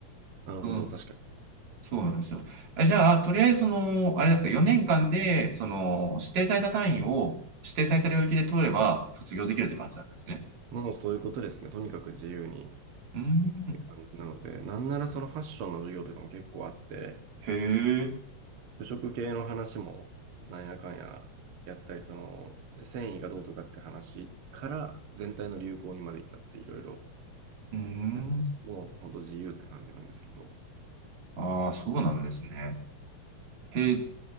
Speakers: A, on the right; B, on the right.
A: なるほど、
B: うん。
A: 確かに。
B: そうなんですよ。えじゃあ、とりあえずその、あれですか、4年間で、その、指定された単位を、指定された領域で取れば、卒業できるって感じなんですね。
A: もうそういうことですね。とにかく自由にっ
B: うん。
A: て感じなので、なんならそのファッションの授業とかも結構あって、
B: へえ。
A: 服飾系の話もなんやかんややったり、その繊維がどうとかって話から全体の流行にまで至ったっていろいろ
B: うーん。
A: やったりして、もう本当自由って感じなんですけど、
B: ああ、そうなんですね。へえ、